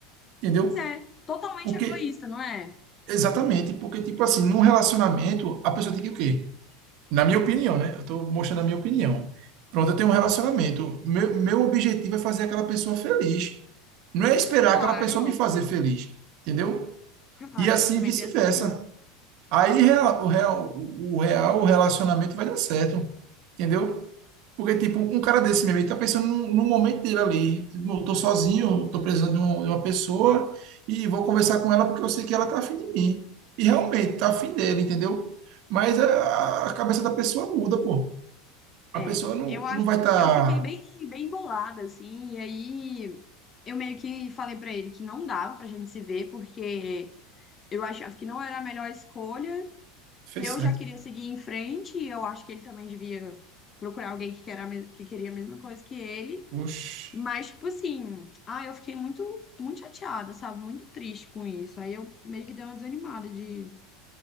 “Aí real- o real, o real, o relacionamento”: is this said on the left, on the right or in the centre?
Right